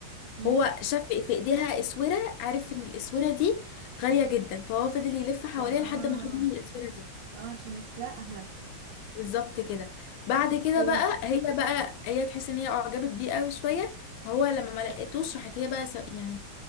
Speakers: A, on the right; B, on the left.
A: امم
B: هو شاف في ايديها اسورة عارف ان الاسورة دي غالية جدا فهو فضل يلف حواليها
A: فا اه
B: لحد ما خد منها الاسورة دي
A: اه عشان يسرقها
B: بالظبط كده بعد
A: اوكي
B: كده بقى هي بقى هي تحس ان هي اعجبت بيه قوي شويه فهو لما ما لقيتوش راحت هي بقى س- يعني